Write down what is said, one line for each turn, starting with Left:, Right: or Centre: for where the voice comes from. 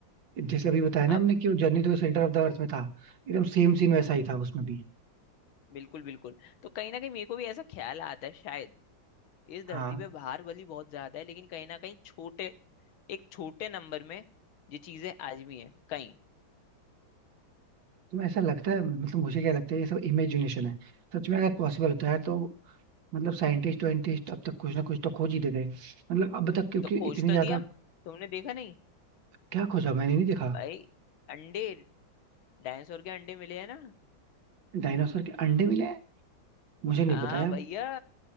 Right: जैसे अभी बताया ना
Left: अब
Right: हमने कि वो Journey to the Center of the Earth में था एकदम सेम सीन वैसा ही था उसमें भी
Left: बिल्कुल बिल्कुल तो कहीं ना कहीं मेरे को भी ऐसा ख्याल आता है शायद इस धरती
Right: हाँ
Left: पे भार भली बहुत ज्यादा है लेकिन कहीं ना कहीं छोटे एक छोटे नंबर में ये चीजें आजमी है कहीं
Right: तो ऐसा लगता है मतलब मुझे क्या लगता है ये सब इमेजिनेशन है सच में अगर पॉसिबल होता है तो मतलब साइंटिस्ट वाइंटिस्ट अब तक कुछ ना कुछ तो खोज ही देते हैं मतलब अब तक क्योंकि
Left: तो खोज
Right: इतनी
Left: तो
Right: ज्यादा
Left: दिया तुमने देखा नहीं
Right: क्या खोजा मैंने नहीं देखा
Left: भाई अंडे डायनासोर के अंडे मिले हैं ना
Right: डायनासोर के अंडे मिले हैं मुझे नहीं
Left: हाँ
Right: पता यार
Left: भैया